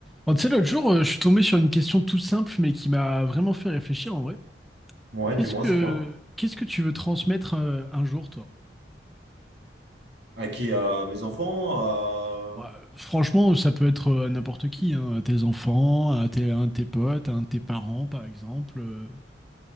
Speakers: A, in the centre; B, on the right.
A: Bon, tu sais, l'autre jour, euh, je suis tombé sur une question tout simple, mais qui m'a vraiment fait réfléchir en vrai.
B: Ouais,
A: Qu'est-ce
B: dis-moi,
A: que,
B: c'est quoi?
A: qu'est-ce que tu veux transmettre euh, un jour, toi?
B: À qui? À mes enfants?
A: Ouais,
B: À...
A: franchement, ça peut être euh, à n'importe qui, hein, à tes enfants, à tes, un de tes potes, à un de tes parents, par exemple, euh,